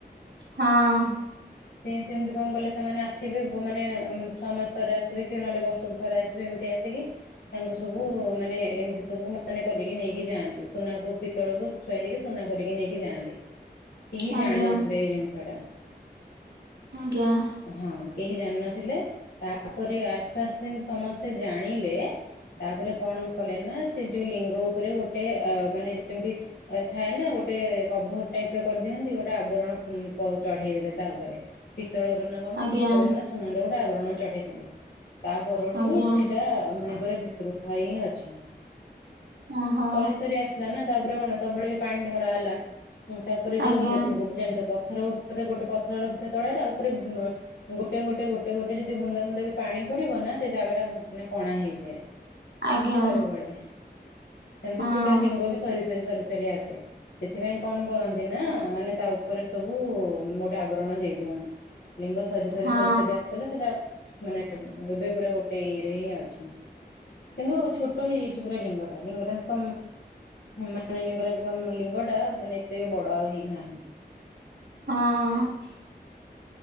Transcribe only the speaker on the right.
ହଁ
ଆଜ୍ଞା
ଆଜ୍ଞା ଆଜ୍ଞା
ହଁ
ଆଜ୍ଞା ଆଜ୍ଞା ଆଜ୍ଞା
ଆଜ୍ଞା
ଓହୋ
ଆଜ୍ଞା
ଆଜ୍ଞା
ହଁ
ହଁ
ହଁ।